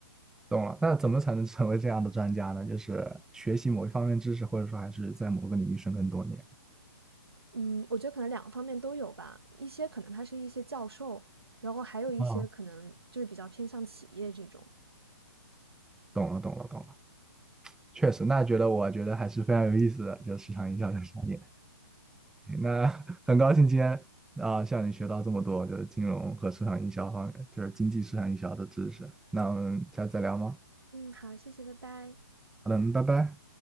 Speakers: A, in the centre; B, on the right (about 80°).
A: 懂了。那怎么才能成为这样的专家呢？就是学习某一方面知识，或者说还是在某个领域深耕多年。
B: 嗯，我觉得可能两个方面都有吧，一些可能他是一些教授，然后还有一些可能就是比较偏向企业这种。
A: 哦，懂了，懂了，懂了。确实，那觉得我觉得还是非常有意思的，就是市场营销这个专业。那 <laughs> 很高兴今天啊、向你学到这么多，就是金融和市场营销方面，就是经济市场营销的知识。那我们下次再聊吗？
B: 嗯，好，谢谢，拜拜。
A: 好的，嗯拜拜。